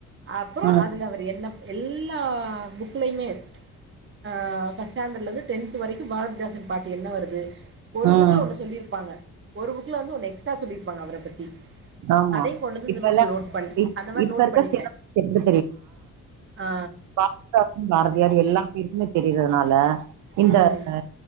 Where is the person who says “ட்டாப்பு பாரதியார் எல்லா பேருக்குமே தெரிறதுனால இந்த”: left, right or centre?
Right